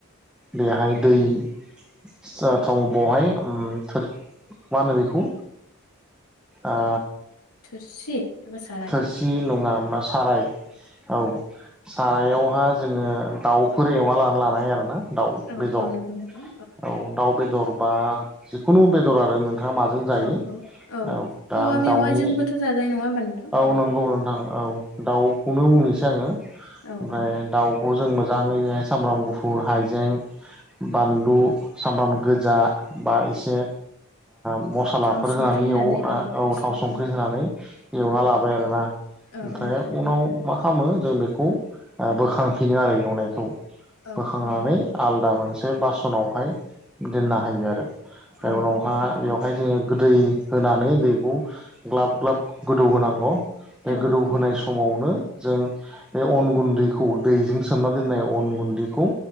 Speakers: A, in the centre; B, on the left.
A: बेहाय दै <unintelligible> बेहाय उम सोर मा होनो बेखौ ओ
B: थोरसि एबा साराय
A: थोरसि नङा मा साराय औ सारायावहा जोङो दाउफोर एमा लानानै लानाय आरोना दाउ
B: औ
A: बेदर
B: औ नंगौ नोंथां
A: औ दाउ बेदर बा जिखुनु बेदर आरो नों थाङा माजों जायो
B: औ औ
A: औ दा
B: औवा
A: आं
B: मेवाइजोंबोथ'
A: दाउनि
B: जाजायो नङा होमबा नोंथां
A: औ नंगौ नोंथां औ दाउखौनो बुंनोसै आङो ओमफ्राय
B: औ औ
A: दाउखौ जों मोजाङैय सामब्राम गुफुर हायजें बानलु सामब्राम गोजा बा एसे ओ मसलाफोर
B: थाव संख्रि
A: होनानै एवना औ
B: मस्लाफोर
A: थाव संख्रि
B: होना
A: होनानै एवना लाबाय आरोना
B: औ
A: ओमफ्राय
B: औ थारैनो
A: उनाव मा खालामो जों बेखौ ओ बोखांफिनो आरो एवनायखौ।
B: औ
A: बोखांनानै
B: नंगौ
A: आलदा मोनसे बासनावहाय दोननो हायो आरो। ओमफ्राय
B: औ
A: उनावहा
B: नंगौ थारैनो
A: बेवहाय जोङो गोदै होनानै दैखौ ग्लाब ग्लाब गोदौ होनांगौ बे
B: औ
A: गोदौ
B: औ
A: होनोनाय समावनो जों बे अन गुन्दैखौ दैजों सोमना दोननाय अन गुन्दैखौ